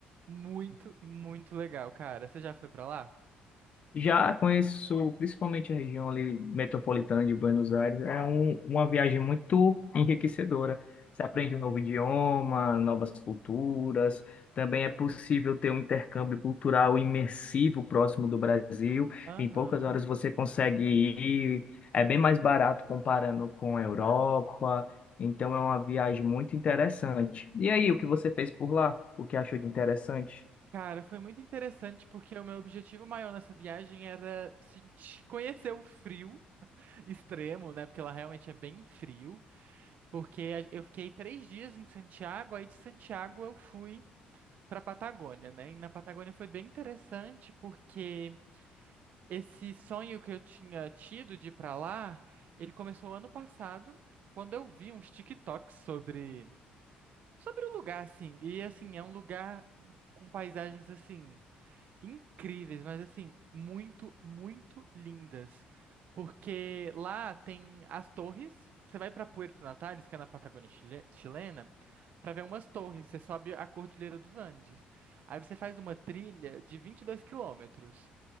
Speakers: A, on the right; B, on the left.
A: muito, muito legal, cara. Você já foi pra lá?
B: Já conheço principalmente a região ali metropolitana de Buenos Aires. É um, uma viagem muito enriquecedora. Você aprende
A: Hã?
B: um novo idioma, novas culturas. Também é possível ter um intercâmbio cultural imersivo próximo do Brasil.
A: Aham.
B: Em poucas horas você consegue ir. É bem mais barato comparando com a Europa. Então é uma viagem muito interessante. E aí, o que você fez por lá? O que achou de interessante?
A: Cara, foi muito interessante porque o meu objetivo maior nessa viagem era sentir, conhecer o frio. extremo, né? Porque lá realmente é bem frio. Porque a- eu fiquei três dias em Santiago, aí de Santiago eu fui para Patagônia, né? E na Patagônia foi bem interessante porque esse sonho que eu tinha tido de ir para lá, ele começou ano passado, quando eu vi uns TikToks sobre sobre o lugar, assim. E assim é um lugar com paisagens assim incríveis, mas assim, muito, muito lindas. Porque lá tem as torres. Você vai para Puerto Natales, que é na Patagônia chile- chilena, para ver umas torres. Você sobe a Cordilheira dos Andes. Aí você faz uma trilha de 22 quilômetros.